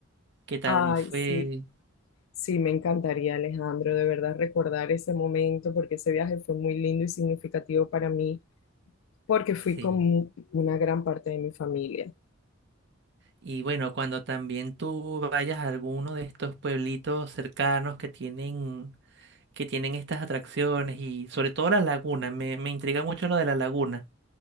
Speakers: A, on the right; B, on the left.
A: qué tal
B: Ay,
A: me fue.
B: sí. Sí, me encantaría, Alejandro, de verdad recordar ese momento porque ese viaje fue muy lindo y significativo para mí porque fui
A: Sí.
B: con mu- una gran parte de mi familia.
A: Y bueno, cuando también tú vayas a alguno de estos pueblitos cercanos que tienen, que tienen estas atracciones y sobre todo la laguna, me, me intriga mucho lo de la laguna.